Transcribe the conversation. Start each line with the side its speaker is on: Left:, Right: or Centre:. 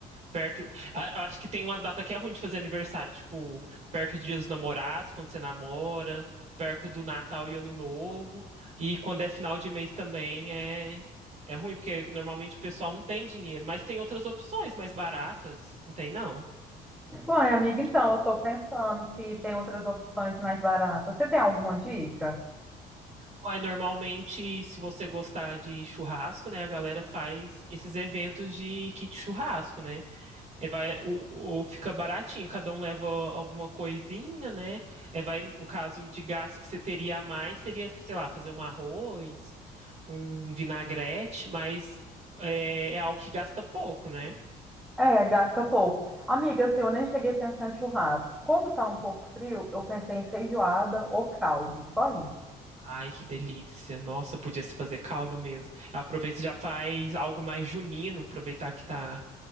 Right: Perto. a- Acho que tem umas datas que é ruim de fazer aniversário, tipo, perto do Dia dos Namorados, quando você namora, perto do Natal e Ano Novo. E quando é final de mês também é, é ruim, porque normalmente o pessoal não tem dinheiro, mas tem outras opções mais baratas, não tem não.
Centre: Bom, amiga, então, eu estou pensando se tem outras opções mais baratas. Você tem alguma dica?
Right: Uai, normalmente, se você gostar de churrasco, né, a galera faz esses eventos de kit churrasco, né? É, vai, o, o- fica baratinho, cada um leva alguma coisinha, né? É, vai, no caso de gasto que você teria a mais, seria, sei lá, fazer um arroz, um vinagrete, mas é, é algo que gasta pouco, né?
Centre: É, gasta pouco. Amiga, assim, eu nem cheguei a pensar em churrasco. Como está um pouco frio, eu pensei em feijoada ou caldo, só isso.
Right: Ai, que delícia. Nossa, podia se fazer caldo mesmo. Aproveita e já faz algo mais junino, aproveitar que tá